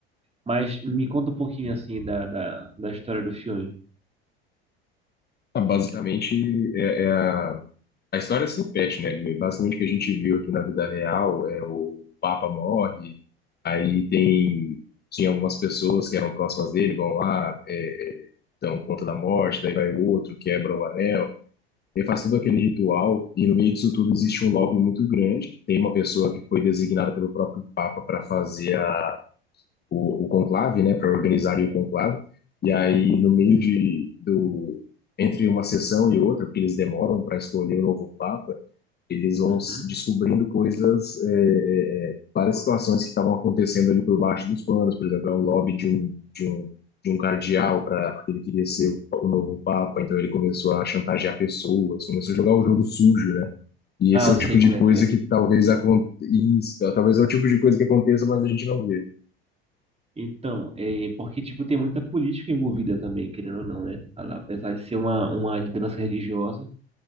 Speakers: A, on the right; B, on the left.
A: Mas me conta um pouquinho assim da, da, da história do filme.
B: Ah, Basicamente é, é a A história se repete, né? Basicamente o que a gente viu aqui na vida real é o Papa morre, aí tem tinha algumas pessoas que eram próximas dele, vão lá, é, é, dão conta da morte, daí vai o outro, quebra o anel, ele faz todo aquele ritual e no meio disso tudo existe um lobby muito grande. Tem uma pessoa que foi designada pelo próprio Papa para fazer a o, o conclave, né, para organizar o conclave. E aí, no meio de, do, entre uma sessão e outra, porque eles demoram para escolher o novo papa, eles vão
A: Uhum.
B: s- descobrindo coisas, é, é, é, várias situações que estavam acontecendo ali por baixo dos panos. Por exemplo, é um lobby de um, de um, de um cardeal, pra, porque ele queria ser o, o novo papa, então ele começou a chantagear pessoas, começou a jogar o jogo sujo, né? E
A: Ah,
B: esse é
A: eu
B: o
A: sei
B: tipo
A: como
B: de coisa
A: é que é.
B: que talvez aconteça, talvez é o tipo de coisa que aconteça, mas a gente não vê.
A: Então, é porque, tipo, tem muita política envolvida também, querendo ou não, né? Apesar de ser uma, uma liderança religiosa,